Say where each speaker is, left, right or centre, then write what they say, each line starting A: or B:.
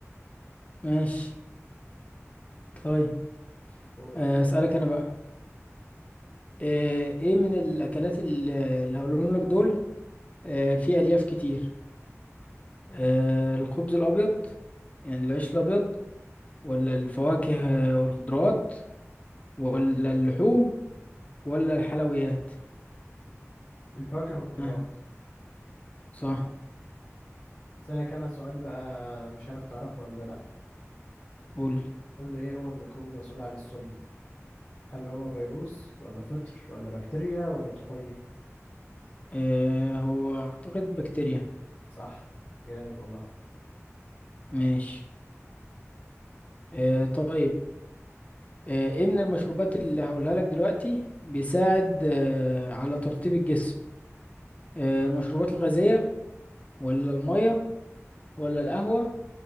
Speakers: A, on the left; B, on the left.
A: ماشي طيب
B: دورك
A: أه، أسألك أنا بقى أه، إيه من الأكلات ال- اللي هقولهم لك دول أه، فيه ألياف كتير أه، الخبز الأبيض يعني العيش الأبيض ولا الفواكه والخضروات ولا اللحوم ولا الحلويات
B: الفواكه والخضروات
A: ها صح
B: سألك انا سؤال بقى مش عارف تعرفه ولا لا
A: قول
B: قول لي ايه هو الميكروب المسؤول عن السل هل هو فيروس ولا فطر ولا بكتيريا ولا طفيلي
A: أه، هو أعتقد بكتيريا
B: صح جامد والله
A: ماشي أه، طيب آه، ايه من المشروبات اللي هقولها لك دلوقتي بيساعد آه، على ترطيب الجسم آه، المشروبات الغازية ولا المية ولا القهوة